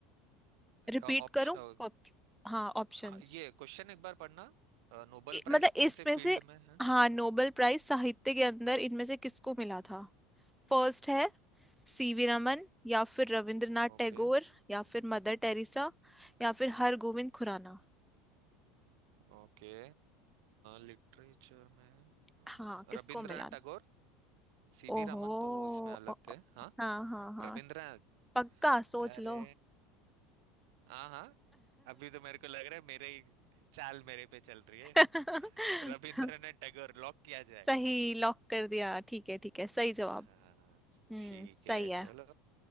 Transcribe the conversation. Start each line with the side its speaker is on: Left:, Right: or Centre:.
Centre: रिपीट
Right: option
Centre: करूं ऑप- हाँ ऑप्शंस
Right: <laughs> ये क्वेश्चन एक बार पढ़ना अ, नोबेल
Centre: मतलब
Right: प्राइज कौन
Centre: इसमें
Right: से फील्ड
Centre: से
Right: में है
Centre: हाँ नोबेल प्राइज साहित्य के अंदर इनमें से किसको मिला था फर्स्ट है सीवी रमन या फिर रविंद्रनाथ
Right: ओके
Centre: टैगोर या फिर मदर टेरेसा या फिर हरगोविंद खुराना
Right: ओके लिटरेचर में अ,
Centre: हाँ किसको
Right: रविंद्रनाथ
Centre: मिला था
Right: टैगोर सीवी
Centre: ओहो
Right: रामन तो वो इसमें अलग
Centre: ओ, ओ,
Right: थे हाँ
Centre: हाँ हाँ हाँ
Right: रविंद्रनाथ
Centre: पक्का सोच
Right: अरे
Centre: लो
Right: हाँ हाँ अभी तो मेरे को लग रहा है मेरे ही चाल मेरे पे चल रही है
Centre: <laughs>
Right: <laughs> रविंद्रनाथ टैगोर लॉक किया जाए
Centre: सही लॉक कर दिया ठीक है ठीक है सही
Right: हाँ
Centre: जवाब हम्म
Right: ठीक
Centre: सही
Right: है
Centre: है
Right: चलो